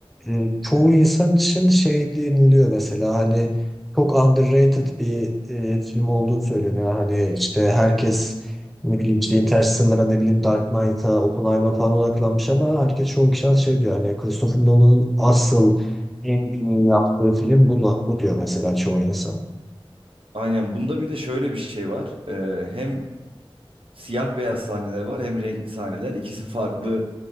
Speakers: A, in the centre; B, on the right (about 65°).
A: e, çoğu insan için şey deniliyor mesela hani çok underrated bir e, film olduğu söyleniyor. Hani işte herkes ne bileyim işte Interstellar'a ne bileyim Dark Knight'a, Oppenheimer'a falan odaklanmış ama herkes çoğu kişi şey diyor hani Christopher Nolan'ın asıl en iyi yaptığı film bu, bu diyor mesela çoğu insan.
B: Aynen. Bunda bir de şöyle bir şey var. Ee, hem siyah beyaz sahneler var hem renkli sahneler. İkisi farklı